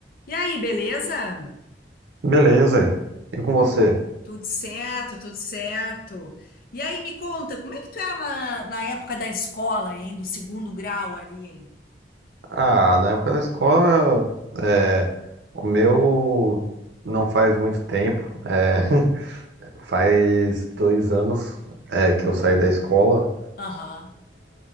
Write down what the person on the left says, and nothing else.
E aí, beleza?
Tudo certo, tudo certo. E aí, me conta, como é que tu era na, na época da escola, hein? Do segundo grau ali?
Aham,